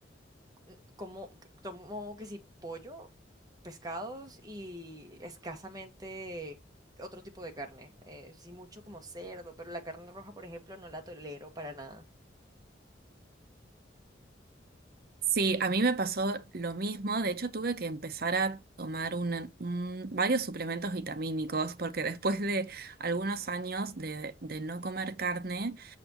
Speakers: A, on the right (about 20°); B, on the right (about 55°).
A: c- como c- tomo que si pollo, pescados y escasamente otro tipo de carne. Eh, sí mucho como cerdo, pero la carne roja, por ejemplo, no la tolero para nada.
B: Sí, a mí me pasó lo mismo. De hecho, tuve que empezar a tomar un- un- varios suplementos vitamínicos porque después de algunos años de, de no comer carne,